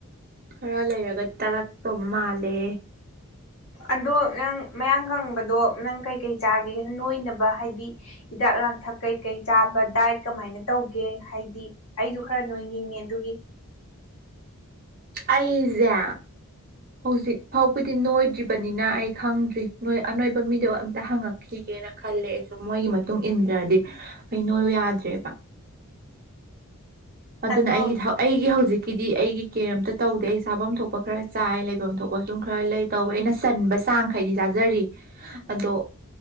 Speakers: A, on the right; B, on the left.
A: ꯈꯔ ꯂꯩꯔꯒꯗꯤ ꯇꯥꯔꯛꯇꯧꯕ ꯃꯥꯜꯂꯦ
B: ꯑꯗꯣ ꯅꯪ ꯃꯌꯥꯡ ꯀꯪꯕꯗꯣ ꯅꯪ ꯀꯩꯀꯩ ꯆꯥꯒꯦ ꯅꯣꯏꯅꯕ ꯍꯥꯏꯗꯤ ꯍꯤꯗꯥꯛ ꯂꯥꯡꯊꯛ ꯀꯩꯀꯩ ꯆꯥꯕ ꯗꯥꯏꯠ ꯀꯃꯥꯏꯅ ꯇꯧꯒꯦ ꯍꯥꯏꯗꯤ ꯑꯩꯁꯨ ꯈꯔ ꯅꯣꯏꯅꯤꯡꯉꯦ ꯑꯗꯨꯒꯤ
A: ꯑꯩꯖꯦ ꯍꯧꯖꯤꯛ ꯐꯥꯎꯕꯗꯤ ꯅꯣꯏꯗ꯭ꯔꯤꯕꯅꯤꯅ ꯑꯩ ꯈꯪꯗ꯭ꯔꯤ ꯃꯣꯏ ꯑꯅꯣꯏꯕ ꯃꯤꯗꯣ ꯑꯝꯇ ꯍꯪꯉꯛꯈꯤꯒꯦꯅ ꯈꯜꯂꯦ ꯑꯩꯁꯨ ꯃꯣꯏꯒꯤ ꯃꯇꯨꯡ ꯏꯟꯗ꯭ꯔꯗꯤ ꯑꯩꯩ ꯅꯣꯏꯌꯣ ꯌꯥꯗ꯭ꯔꯦꯕ ꯑꯗꯨꯅ
B: ꯑꯗꯣ
A: ꯑꯩꯒꯤ <inaudible> ꯑꯩꯒꯤ ꯍꯧꯖꯤꯛꯀꯤꯗꯤ ꯑꯩꯒꯤ ꯀꯩꯝꯇ ꯇꯧꯗꯦ ꯑꯩ ꯁꯥꯐꯝ ꯊꯣꯛꯄ ꯈꯔ ꯆꯥꯏ ꯂꯩꯐꯝ ꯊꯣꯛꯄ ꯁꯨꯝ ꯈꯔ ꯂꯩ ꯇꯧꯋꯦ ꯑꯩꯅ ꯆꯟꯕ ꯆꯥꯡꯈꯩꯗꯤ ꯆꯥꯖꯔꯤ ꯑꯗꯣ